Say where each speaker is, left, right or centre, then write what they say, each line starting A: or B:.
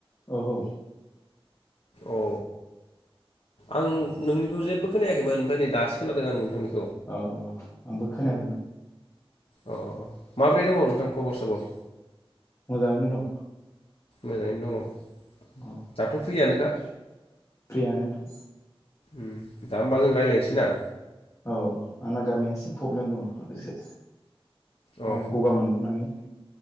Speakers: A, on the left; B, on the left.
A: औहो
B: अ आं नोंनिखौ जेबो खोनायाखैमोन ओमफाय नै दासो खोनादों आं नोंथांनि
A: अ आंबो खोनाखैमोन।
B: अ माब्रै दङ नोंथां खबर सबर?
A: मोजाङैनो दं।
B: मोजाङैनो दङ।
A: अ
B: दाथ फ्रियानोखा?
A: फ्रियानो दा।
B: उम दा होमबा जों रायलायनोसै ना।
A: औ आंना गारामाया एसे प्रब्लेम दङ एसे।
B: अ
A: ओ गगा मोननानै